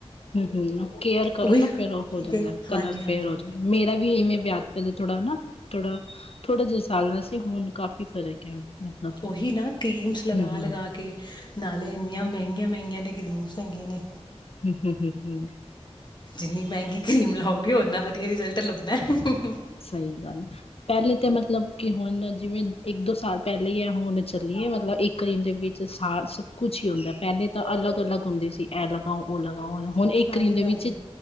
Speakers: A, on the left (about 60°); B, on the left (about 40°).
A: ਹੂੰ-ਹੂੰ, ਕੇਅਰ ਕਰੋ
B: ਉਹੀ
A: ਨਾ ਫੇਰ ਓਹ ਹੋ ਜਾਂਦਾ
B: ਬਿਲ
A: ਕਲਰ
B: ਹਾਂਜੀ
A: ਫੇਅਰ
B: ਹਾਂਜੀ
A: ਹੋ ਜਾਂਦਾ। ਮੇਰਾ ਵੀ ਇਵੇਂ ਵਿਆਹ ਪੈਲੇ ਥੋੜਾ ਨਾ ਥੋੜਾ- ਥੋੜਾ ਜੇਆ ਸਾਵਲਾ ਸੀ, ਹੁਣ ਕਾਫ਼ੀ ਫਰਕ ਹੈ। ਮਤਲਬ
B: ਓਹੀ ਨਾ ਕਰੀਮਸ ਲਗਾ-ਲਗਾ
A: ਹੂੰ-ਹੂੰ
B: ਕੇ, ਨਾਲੇ ਇੰਨੀਆਂ ਮੈੰਗੀਆਂ-ਮੈੰਗੀਆਂ ਤੇ ਕਰੀਮਸ ਹੈਗੀਆਂ ਨੇ।
A: ਹੂੰ-ਹੂੰ, ਹੂੰ-ਹੂੰ।
B: ਜਿੰਨੀ ਮੈੰਗੀ ਕਰੀਮ ਲਾਓਗੇ, ਓਨਾ ਵਧੀਆ ਰਿਜ਼ਲਟ ਲੱਭਣਾ ਐ।
A: ਸਈ ਗੱਲ ਆ। ਪੈਲੇ ਤੇ ਮਤਲਬ ਕਿ ਹੁਣ ਜਿਵੇਂ ਇੱਕ ਦੋ ਸਾਲ ਪੈਲੇ ਏਹ ਹੁਣ ਚੱਲੀ ਏ ਮਤਲਬ ਇੱਕ ਕਰੀਮ ਦੇ ਵਿੱਚ ਸਾ ਸਭ ਕੁਛ ਹੀ ਹੁੰਦਾ ਏ, ਪੈਲੇ ਤਾਂ ਅਲੱਗ-ਅਲੱਗ ਹੁੰਦੀ ਸੀ, ਐ ਅਲੱਗ ਹਾਂ ਓ ਲਗਾਓ ਓ ਲਗਾ, ਹੁਣ ਇੱਕ
B: ਹਾਂਜੀ
A: ਕਰੀਮ ਦੇ
B: ਹਾਂਜੀ
A: ਵਿੱਚ